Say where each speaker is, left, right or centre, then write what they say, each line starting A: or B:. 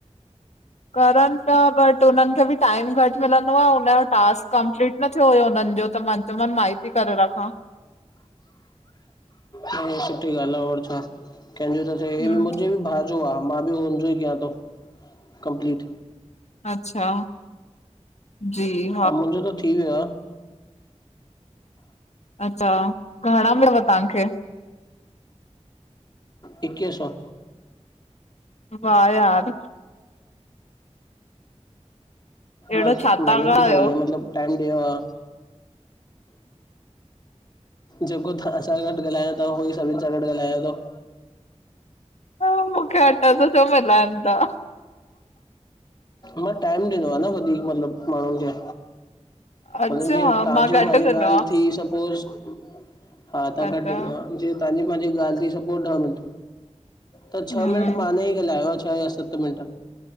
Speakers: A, on the left; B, on the left.
A: करनि पिया बट हुननि खे बि टाइम घटि मिलंदो आ, हुन जो टास्क कंप्लीट न थियो हुयो हुननि जो त मां चयो मान मां ई ती करे रखां।
B: हीअ सुठी ॻाल्हि आ और छा, कंहिंजो त थिए, ही
A: हम्म
B: बि मुंहिंजे भाउ जो आ। मां बि हुन जो ई कयां थो कंप्लीट।
A: अच्छा। जी।
B: हा मुंहिंजो त थी वियो आ।
A: अच्छा, घणा मिलयव तहांखे?
B: इक्वीह सौ।
A: वाह यार! अहिड़ो
B: मेहनत
A: छा था ॻायो?
B: बि त कई आ मतिलब टाइम ॾियणु आ। जगो धा। तहां सां गॾु ॻाल्हायां थो, उहो ई सभिनि सां गॾु ॻाल्हायां थो।
A: ह मूंखे ठ सौ त मिलन था।
B: मां टाइम ॾिनो आ न वधीक मतिलबु माण्हुनि जे,
A: अच्छा
B: मतलबु जीअं तांजी
A: मां घट
B: मांजी
A: कंदो
B: ॻाल्हि
A: आहियां
B: थी सपोज़, हा तां
A: अच्छा
B: घटि ॾिनो आ, जीअं तांजी मांजी ॻाल्हि थी सपोज़ ॾह मिनट त छह
A: हम्म
B: मिंट मांन ई ॻाल्हायो आ छह या सत मिंट।